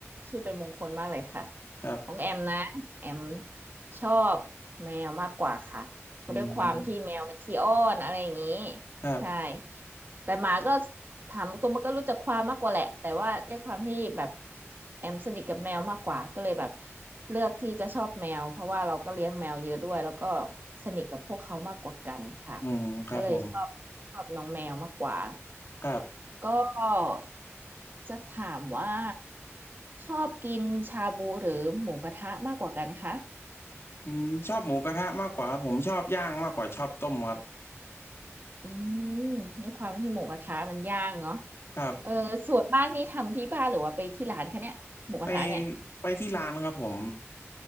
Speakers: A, on the right; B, on the left.
A: ชื่อเป็นมงคลมากเลยค่ะ
B: ครับ
A: ของแอมนะแอมชอบแมวมากกว่าค่ะเพราะด้วยความที่แมวมันขี้อ้อนอะไรอย่างนี้
B: อืมครับ
A: ใช่แต่หมาก็ถามตัวมันก็รู้จักความมากกว่าแหละแต่ว่าด้วยความที่แบบแอมสนิทกับแมวมากกว่าก็เลยแบบเลือกที่จะชอบแมวเพราะว่าเราก็เลี้ยงแมวเยอะด้วยแล้วก็สนิทกับพวกเขามากกว่ากันค่ะ
B: อืมครับผม
A: ก็เลยชอบชอบน้องแมวมากกว่า
B: ครับ
A: ก็จะถามว่าชอบกินชาบูหรือหมูกระทะมากกว่ากันคะ
B: อืมชอบหมูกระทะมากกว่าครับผมชอบย่างมากกว่าชอบต้มครับ
A: อืมด้วยความที่หมูกระทะมันย่างเนาะ
B: ครับ
A: เออส่วนมากนี่ทำที่บ้านหรือว่าไปที่ร้านคะเนี่ยหมูกระทะเนี่ย
B: ไปไปที่ร้านครับผม